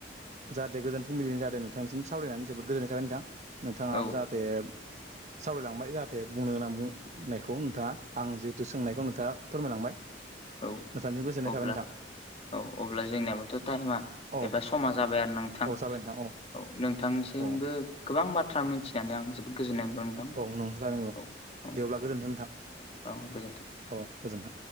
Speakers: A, on the right (about 40°); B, on the left (about 35°).
A: जाहाथे गोजोन फुंबिलिनि जाहाथे नोंथांनिसिम सावरायनानै जोबोद गोजोननाय थाबाय नोंथां नोंथाङा
B: औ
A: जाहाथे सावरायलांबाय जाहाथे बुंनो गोनां बुंनायखौ नोंथाङा आं जिहेथु सोंनायखौ नोंथाङा फोरमायलांबाय नोंथांनिसिम
B: औ
A: गोजोननाय
B: अब्ला
A: थाबाय नोंथां।
B: औ अब्ला जोंनियाबोथ' टाइमा
A: औ
B: एबा समा जाबाय आरो नोंथां।
A: औ जाबाय नोंथां
B: औ नोंथांनिसिमबो
A: औ
B: गोबां बाथ्रा मिथिना आं जोबोद गोजोनाय मोनबाय नोंथां
A: औ नों जादोंल'
B: औ औ
A: दे अब्ला गोजोनथों नोंथां
B: औ गोजोन्थों
A: औ गोजोनथों